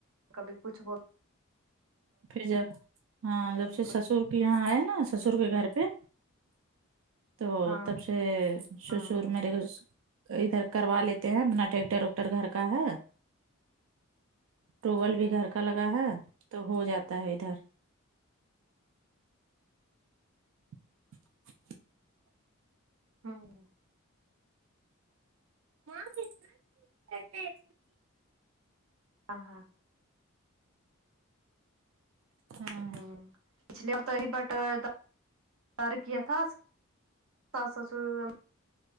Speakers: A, on the right; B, on the right.
A: کبھی کچھ بول
B: پھر جب ہاں جب
A: کبھی
B: سے
A: کچھ
B: سسر یہاں آئے نا سسر کے گھر پہ تو
A: ہاں
B: تب سے ہے سسر
A: ہاں
B: میرے گھر سے ادھر کروا لیتے ہیں اپنا ٹریکٹر وکٹر گھر کا ہے ٹوول بھی گھر کا لگا ہے تو ہو جاتا ہے ادھر <unintelligible>
A: ہوں
B: <inaudible>
A: ہاں
B: ہاں
A: ہوں پچھلیے اور تو ہی بٹر <unintelligible> کیا تھا ساس سسر